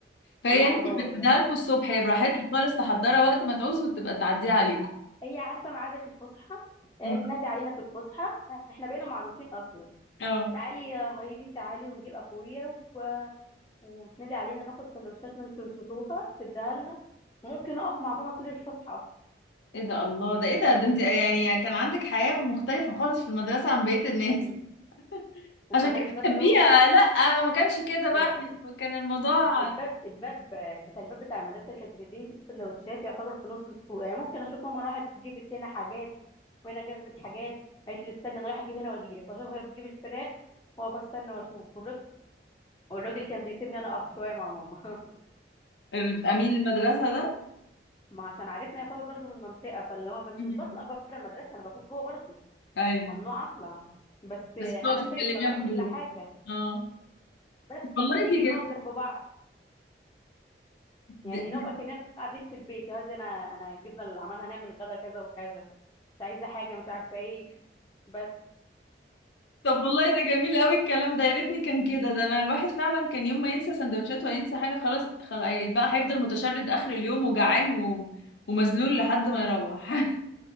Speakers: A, on the left; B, on the left.
A: فهي
B: اللي
A: يعني
B: على البوابة
A: بتديها لكم الصبح هي براحتك خالص تحضرها وقت ما تعوزوا وتبقى تعديها عليكم
B: هي عارفة ميعاد الفسحة آه،
A: أمم،
B: تنادي علينا في الفسحة احنا بقينا معروفين أصلا
A: اه
B: تعالي يا هايدي تعالي ونجيب أخويا وتنادي علينا ناخد سندوتشاتنا انتوا نسيتوها تديها لنا ممكن اقف مع ماما طول الفسحه
A: ايه ده الله ده ايه ده ده انت يعني كان عندك حياة مختلفة خالص في المدرسة عن بقية الناس
B: امم
A: <laughs>
B: وكمان
A: عشان كده
B: الباب
A: بتحبيها
B: دوت
A: لا انا ما كانش كده بقى
B: ال-
A: إحنا كان الموضوع
B: ال- الباب الباب بتاع الباب بتاع المدرسه اللي كانت بتديني فيه السندوتشات يعتبر في نص السوق يعني ممكن اشوف ماما راحت جابت هنا حاجات وهنا جابت حاجات قالت لي استني انا رايحه اجيب هنا واجي لك واشوف هي بتجيب الفراخ واقف استنى واشوف والراجل والراجل كان بيسيبني انا اقف شويه مع ماما <laughs>
A: الامين المدرسة ده
B: ما عشان عرفنا يعتبر برضو من منطقه فاللي هو بس
A: <laughs> مم.
B: مش بطلع بره المدرسه انا بكون جوه برضو
A: ايوه
B: ممنوع اطلع بس
A: بس بتقعدي
B: انا شايفه
A: تكلميها
B: بقى
A: من
B: كل
A: جوه
B: حاجه
A: اه
B: بس فبتيجي
A: والله دي
B: بنقف
A: جم...
B: جنب بعض يعني
A: دي-
B: نقف اكننا قاعدين في البيت يا هادي انا انا جبنا اللي عملنا هنعمل غدا كذا وكذا مش عايزه حاجه مش عارفه ايه بس
A: <laughs> طب والله ده جميل قوي الكلام ده يا ريتني كان كده ده انا الواحد فعلا كان يوم ما ينسى سندوتشات ولا ينسى حاجة خلاص خلاص بقى هيفضل متشرد اخر اليوم وجعان و... ومذلول لحد ما يروح <laughs>